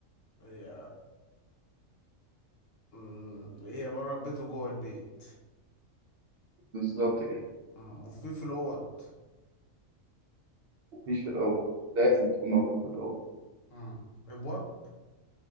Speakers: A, on the left; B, on the right.
A: هي مم. هي بره البيت وجوه البيت
B: بالظبط كده
A: مم. وفي في الأوض
B: مفيش في الأول لازم تكون موجودة في الأول
A: مم. أبواب